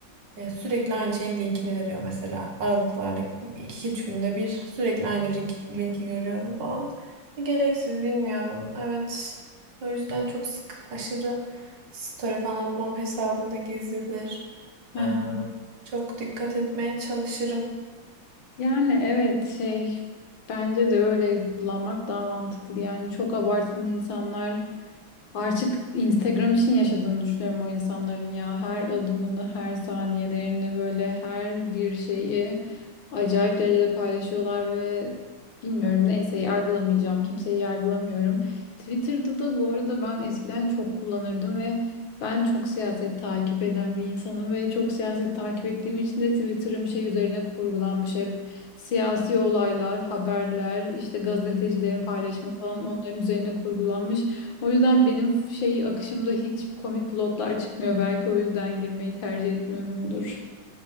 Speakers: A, on the right; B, on the left.
A: e, sürekli aynı şeyin linkini veriyor mesela. Aralıklarda iki üç günde bir sürekli aynı link, linki görüyorum falan. Gereksiz bilmiyorum. Evet. O yüzden çok sık aşırı story falan atmam hesabımda gizlidir.
B: hı.
A: Ee,
B: <laughs>
A: çok dikkat etmeye çalışırım.
B: Yani evet şey bence de öyle kullanmak daha mantıklı. Yani çok abartan insanlar artık Instagram için yaşadığını düşünüyorum o insanların ya. Her adımını, her saniyelerini böyle her bir şeyi acayip derecede paylaşıyorlar ve bilmiyorum neyse yargılamayacağım. Kimseyi yargılamıyorum. Twitter'da da bu arada ben eskiden çok kullanırdım ve ben çok siyaset takip eden bir insanım ve çok siyaset takip ettiğim için de Twitter'ım şey üzerine kurgulanmış hep Siyasi olaylar, haberler, işte gazetecilerin paylaşımı falan
A: Hı.
B: onların üzerine kurgulanmış. O yüzden benim şey akışımda hiç komik plotlar çıkmıyor. Belki o yüzden girmeyi tercih etmiyorumdur.